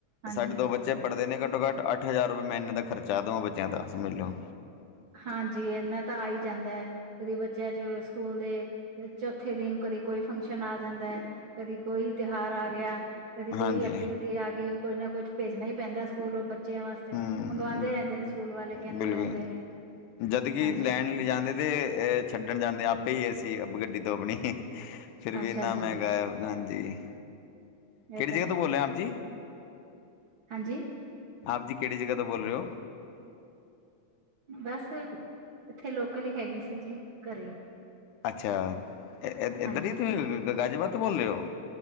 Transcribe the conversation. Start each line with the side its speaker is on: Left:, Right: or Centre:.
Right: ਹਾਂਜੀ।
Left: ਸਾਡੇ ਦੋ ਬੱਚੇ ਪੜਦੇ ਨੇ ਘੱਟੋ- ਘੱਟ ਅੱਠ ਹਜ਼ਾਰ ਰੂਪੇ ਮਹੀਨੇ ਦਾ ਖਰਚਾ, ਦੋਵੇ ਬਚੇਆਂ ਦਾ ਸਮਜਲੋ।
Right: ਹਾਂਜੀ, ਐਨਾ ਤਾ ਆਈ ਜਾਂਦੈ। ਕਦੇ ਬੱਚਿਆਂ ਚ ਸਕੂਲ ਦੇ ਚੌਥੇ ਦਿਨ, ਕਦੇ ਕੋਈ ਫੰਕਸ਼ਨ ਆ ਜਾਂਦੈ। ਕਦੀ ਕੋਈ ਤਿਹਾਰ ਆ ਗਿਆ, ਕਦੀ ਕੋਈ
Left: ਹਾਂਜੀ
Right: ਐਕਟੀਵਿਟੀ ਆਗੀ ਕੁੱਜ ਨਾ ਕੁੱਜ ਭੇਜਨਾ ਈ ਪੈਂਦਾ ਸਕੂਲ, ਓਦਰ ਬੱਚਿਆਂ ਵਾਸਤੇ
Left: ਹੂੰ
Right: ਮੰਗਵਾਂਦੇ ਰਹਿੰਦੇ ਨੇ, ਸਕੂਲ ਵਾਲੇ ਕਹਿੰਦੇ
Left: ਬਿਲਕੁਲ
Right: ਰਹਿੰਦੇ ਨੇ।
Left: ਜਦ ਕਿ
Right: ਹਾਂਜੀ
Left: ਲੈਨ ਲਿਜਾਂਦੇ ਤੇ ਏ ਛੱਡਣ ਜਾਂਦੇ, ਆਪੇ ਈ ਅਸੀ ਬ ਗੱਡੀ ਤੋ ਆਪਣੀ। ਫਿਰ ਵੀ
Right: ਅੱਛਾ
Left: ਏਨਾ
Right: ਜੀ
Left: ਮਹਿੰਗਾ ਐ, ਹਾਂਜੀ ਕਿਹੜੀ
Right: ਇਹ ਤਾਂ
Left: ਜਗ੍ਹਾਂ
Right: ਹੈ
Left: ਤੋਂ ਬੋਲੇ ਆਪ ਜੀ।
Right: ਹਾਂਜੀ,
Left: ਆਪ ਜੀ ਕਿਹੜੀ ਜਗ੍ਹਾਂ ਤੋਂ ਬੋਲ ਰੇ ਓਂ।
Right: ਬਸ, ਇੱਥੇ ਲੋਕਲ ਹੀ ਹੈਗੀ ਸੀ ਜੀ, ਘਰੇ।
Left: ਅੱਛਾ, ਐ- ਐ
Right: ਹਾਂਜੀ
Left: ਏਦਰ ਈ ਤੁਸੀ ਗ ਗਾਜੀਆਬਾਦ ਤੋਂ ਬੋਲ ਰਹੇ ਓ।